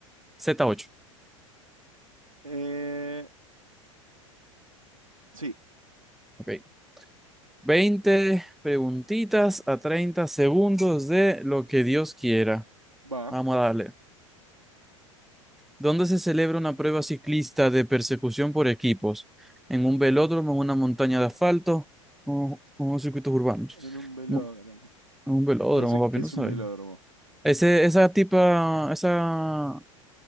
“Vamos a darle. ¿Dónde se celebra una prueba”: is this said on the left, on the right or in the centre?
Centre